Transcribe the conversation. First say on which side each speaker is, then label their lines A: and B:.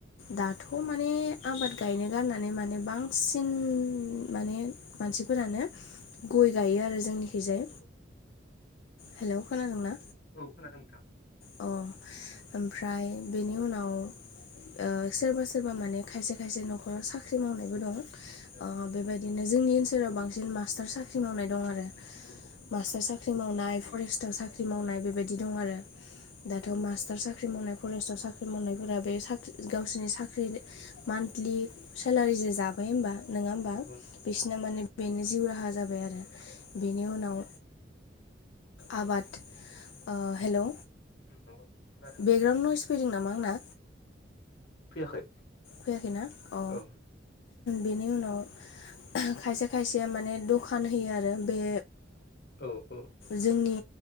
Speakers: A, on the left; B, on the left.
A: दाथ' मा ने आबाद गायनो गारनानै माने बांसिन माने मानसिफोरानो गय गायो आरो जोंनिखिजाय
B: औ
A: हेल' खोनादोंना?
B: औ खोनादों नोंथां
A: अ ओमफ्राय बेनि उनाव ओ सोरबा सो रबा माने खायसे खायसे नखराव साख्रि मावनायबो दं
B: औ
A: ओ बेबाय दिनो जोंनि ओनसोलाव बांसिन मास्टार साख्रि मावनाय दं आरो।
B: औ
A: मास्टार साख्रि मावनाय फरेस्टाव साख्रि मावनाय बेबायदि दं आरो दाथ मास्टार साख्रि मावनाय फरेस्टआव साख्रि मावनायफोरा बे साख्रि गावसिनि साख्रि नि मान्थलि सेलारि जे जाबाय होमबा नङा होमबा
B: औ
A: बिसोरना
B: औ
A: माने बेनो जिउ राहा जाबाय आरो बेनि उनाव आबाद हेलौ
B: <unintelligible>
A: बेकगराउण्ड नयस फैदों नामा आंना
B: फैयाखै
A: फैयाखैना अ
B: औ
A: बेनि उनाव खायसे खायसेया माने दखान होयो आरो बे
B: औ औ
A: जोंनि